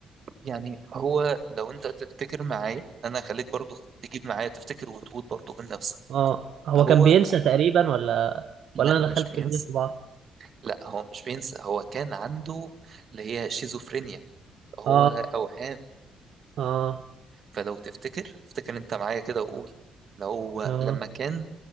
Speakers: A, on the right (about 50°); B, on the right (about 70°).
A: يعني هو لو انت تفتكر معايا انا خليك برضو تجيب معايا تفتكر وتقول برضو من نفسك
B: اه هو
A: هو
B: كان بينسى تقريبا ولا
A: لا
B: ولا انا
A: مش
B: دخلت
A: بينسى
B: فيلمين في بعض
A: لا هو مش بينسى هو كان عنده اللي هي شيزوفرينيا هو
B: اه
A: اوهام
B: اه اه
A: فلو تفتكر افتكر انت معايا كده وقول لو
B: اه
A: لما كان